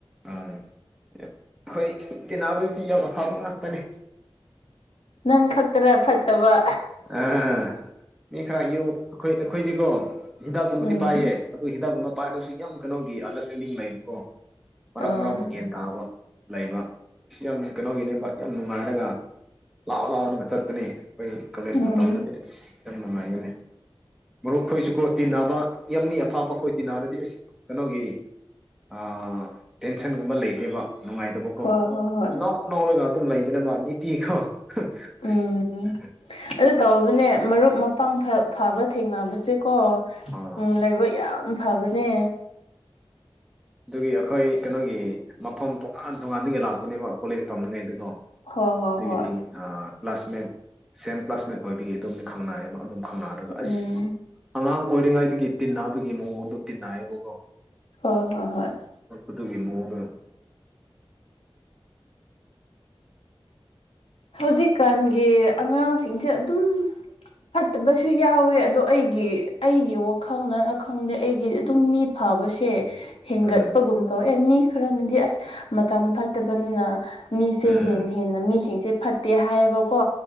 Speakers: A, in the centre; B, on the left.
A: ꯎꯝ ꯑꯩꯈꯣꯏ ꯇꯦꯟꯅꯕꯗꯨꯗꯤ ꯌꯥꯝ ꯑꯐꯕ ꯉꯥꯛꯇꯅꯦ
B: ꯅꯪ ꯈꯛꯇꯥꯔꯥ ꯐꯠꯇꯕ
A: ꯑ ꯃꯤ ꯈꯔ ꯌꯨ ꯑꯩꯈꯣꯏ ꯑꯩꯈꯣꯏꯗꯤꯀꯣ ꯍꯤꯗꯥꯛꯀꯨꯝꯕꯗꯤ
B: ꯎꯝ
A: ꯄꯥꯏꯌꯦ ꯑꯗꯣ ꯍꯤꯗꯥꯛꯀꯨꯝꯕ ꯄꯥꯏꯔꯒꯁꯨ ꯌꯥꯝ ꯀꯩꯅꯣꯒꯤ ꯑꯟꯗꯔꯁꯇꯦꯟꯗꯤꯡ ꯂꯩꯕꯀꯣ ꯃꯔꯥꯛ
B: ꯑꯥ
A: ꯃꯔꯥꯛꯄ ꯒ꯭ꯌꯥꯟ ꯇꯥꯕ ꯂꯩꯕ ꯁꯤ ꯌꯥꯝ ꯀꯩꯅꯣꯒꯤꯅꯦꯕꯥꯛ ꯌꯥꯝ ꯅꯨꯡꯉꯥꯏꯔꯒ ꯂꯥꯎ ꯂꯥꯎꯅꯒ ꯆꯠꯄꯅꯤ ꯑꯩꯈꯣꯏ ꯀꯣꯂꯦꯖ
B: ꯎꯝ
A: ꯃꯇꯝꯗꯗꯤ ꯑꯁ ꯌꯥꯝ ꯅꯨꯡꯉꯥꯏꯒꯅꯤ ꯃꯔꯨꯞ ꯈꯣꯏꯁꯨꯀꯣ ꯇꯤꯟꯅꯕ ꯌꯥꯝꯃꯤ ꯑꯐꯥꯞꯕ ꯈꯣꯏ ꯇꯤꯟꯅꯔꯗꯤ ꯑꯩꯁ ꯀꯩꯅꯣꯒꯤ ꯑ ꯇꯦꯟꯁꯟꯒꯨꯝꯕ ꯂꯩꯇꯦꯕ ꯅꯨꯡꯉꯥꯏꯇꯕꯀꯣ
B: ꯍꯣꯏ
A: ꯑꯗꯨꯝ
B: ꯍꯣꯏ ꯍꯣꯏ
A: ꯅꯣꯛ ꯅꯣꯛꯑꯒ ꯑꯗꯨꯝ ꯂꯩꯕꯅꯕ ꯅꯤꯇꯤ ꯈꯣ <unintelligible>
B: ꯎꯝ ꯑꯗꯨ ꯇꯧꯕꯅꯦ ꯃꯔꯨꯞ ꯃꯄꯥꯡ ꯐꯕ ꯊꯦꯡꯅꯕꯁꯦꯀꯣ
A: ꯑꯥ
B: ꯎꯝ ꯂꯥꯏꯕꯛ ꯌꯥꯝ ꯐꯕꯅꯦ
A: ꯑꯗꯨꯒꯤ ꯑꯩꯈꯣꯏ ꯀꯩꯅꯣꯒꯤ ꯃꯐꯝ ꯇꯣꯉꯥꯟ ꯇꯣꯉꯥꯟꯗꯒꯤ ꯂꯥꯛꯄꯅꯦꯕ ꯀꯣꯂꯦꯖ ꯇꯝꯂꯤꯉꯩꯗꯀꯣ
B: ꯍꯣꯏ ꯍꯣꯏ
A: ꯑꯗꯨꯒꯤꯗꯤ
B: ꯍꯣꯏ
A: ꯑ ꯀ꯭ꯂꯥꯁꯃꯦꯠ ꯁꯦꯝ ꯀ꯭ꯂꯥꯁꯃꯦꯠ ꯑꯣꯏꯕꯒꯤ ꯑꯗꯨꯝꯅꯤ ꯈꯪꯅꯌꯦꯕ ꯑꯗꯨꯝ ꯈꯪꯅꯔꯒ ꯑꯁ
B: ꯎꯝ
A: ꯑꯉꯥꯡ ꯑꯣꯏꯔꯤꯉꯩꯗꯒꯤ ꯇꯤꯟꯅꯕꯒꯤ ꯃꯑꯣꯡꯗꯣ ꯇꯤꯟꯅꯑꯌꯦꯕꯀꯣ
B: ꯍꯣꯏ ꯍꯣꯏ ꯍꯣꯏ
A: ꯑꯣꯄ ꯑꯇꯨꯒꯤ ꯃꯑꯣꯛꯗ
B: ꯍꯧꯖꯤꯛꯀꯥꯟꯒꯤ ꯑꯉꯥꯡꯁꯤꯡꯁꯦ ꯑꯗꯨꯝ ꯐꯠꯇꯕꯁꯨ ꯌꯥꯎꯋꯦ ꯑꯗꯣ ꯑꯩꯒꯤ ꯑꯩꯒꯤ ꯋꯥꯈꯪꯅꯔꯈꯪꯗꯦ ꯑꯩꯒꯤꯗꯤ ꯑꯗꯨꯝ ꯐꯕꯁꯦ ꯍꯦꯟꯒꯠꯄꯒꯨꯝ
A: ꯎꯝ
B: ꯇꯧ ꯑꯦ ꯃꯤ ꯈꯔꯅꯗꯤ ꯑꯁ ꯃꯇꯝ ꯐꯠꯇꯕꯅꯤꯅ ꯃꯤꯁꯦ
A: ꯎꯝ
B: ꯍꯦꯟ ꯍꯦꯟꯅ ꯃꯤꯁꯤꯡꯁꯦ ꯐꯠꯇꯦ ꯍꯥꯏꯌꯦꯕꯀꯣ